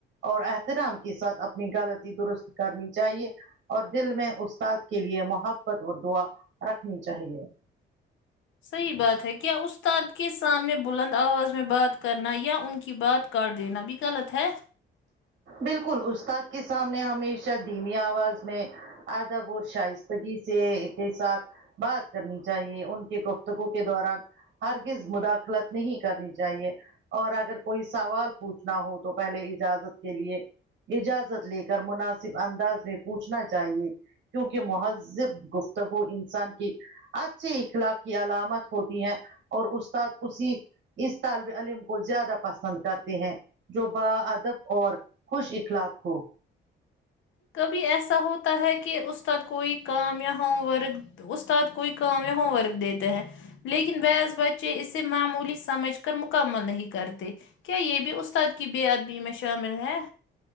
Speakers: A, on the right; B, on the left.
A: اور احترام کے ساتھ اپنی غلطی درست کرنی چاہیے اور دل میں استاد کے لیے محبت اور دعا رکھنی چاہیے
B: صحیح بات ہے کیا استاد کے سامنے بلند آواز میں بات کرنا یا ان کی بات کر دینا بھی غلط ہے
A: بالکل استاد کے سامنے ہمیشہ دھیمی آواز میں آدبور شائستگی سے کے ساتھ بات کرنی چاہیے ان کے گفتگو کے دوران ہرگز مداخلت نہیں کرنی چاہیے اور اگر کوئی سوال پوچھنا ہو تو پہلے اجازت کے لیے اجازت لے کر مناسب انداز میں پوچھنا چاہیے کیونکہ مہذب گفتگو انسان کی اچھی اخلاق کی علامت ہوتی ہے اور استاد اسی اس طالب علم کو زیادہ پسند کرتے ہیں جو با آد دب اور خوش اخلاق ہو
B: کبھی ایسا ہوتا ہے کہ استاد کوئی کام یا ہوم ورک تو استاد کوئی کام یا ہوم ورک دیتا ہے لیکن بعث بچے اسے معمولی سمجھ کر مکمل نہیں کرتے کیا یہ بھی استاد کی بے ادبی میں شامل ہیں